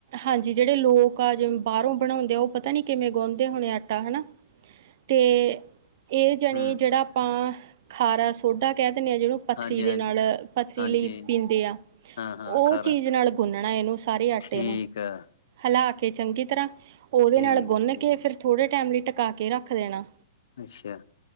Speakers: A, on the right; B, on the left.
A: ਹਾਂਜੀ ਜੀ ਜਿਹੜੇ ਲੋਕ ਬਾਹਰੋਂ ਬਣਾਉਂਦੇ ਆ, ਉਹ ਪਤਾ ਨੀ ਕਿਵੇਂ ਗੁਣ ਦੇ ਹੋਣੇ ਆਟਾ ਹਨਾ। ਤੇ ਇਹ ਜਾਣੀ
B: ਹੂੰ
A: ਜਿਹੜਾ ਆਪਾਂ ਖਾਰਾ ਸੋਡਾ ਕਹਿ ਦਿੰਦੇ ਹਾਂ, ਜਿਹਨੂੰ ਪੱਥਰੀ
B: ਹਾਂਜੀ,
A: ਦੇ
B: ਹਾਂਜੀ,
A: ਨਾਲ ਪੱਥਰੀ
B: ਹਾਂਜੀ
A: ਲਈ ਪੀਂਦੇ ਆ,
B: ਹਾਂ, ਹਾਂ
A: ਉਹ
B: ਖਾਰਾ
A: ਚੀਜ਼ ਨਾਲ ਗੁੰਨਣਾ ਇਹਨੂੰ। ਸਾਰੇ ਆਟੇ
B: ਠੀਕ
A: ਨੂੰ
B: ਆ
A: ਹਿਲਾ ਕੇ ਚੰਗੀ ਤਰ੍ਹਾਂ ਉਹਦੇ
B: ਠੀਕ
A: ਨਾਲ
B: ਆ
A: ਗੁੰਨ
B: ਜੀ
A: ਕੇ ਫਿਰ ਥੋੜੇ ਟਾਈਮ ਲਈ ਟਕਾ ਕੇ ਰੱਖ ਦੇਣਾ।
B: ਅੱਛਾ।